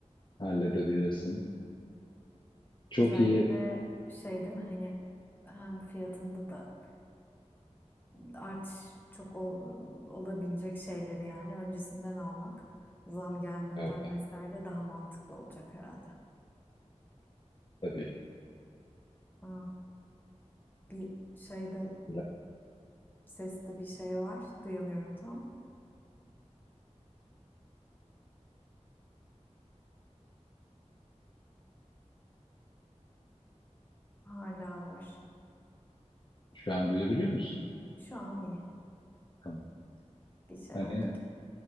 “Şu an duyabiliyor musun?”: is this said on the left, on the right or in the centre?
Left